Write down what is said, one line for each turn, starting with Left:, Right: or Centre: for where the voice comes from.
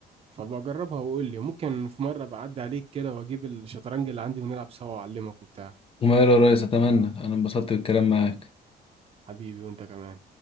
Right: فبقى جربها وقول لي ممكن في مرة بعدي عليك كده واجيب الشطرنج اللي عندي ونلعب سوا واعلمك وبتاع
Left: وماله يا ريس اتمنى انا انبسطت بالكلام معاك
Right: حبيبي وانت كمان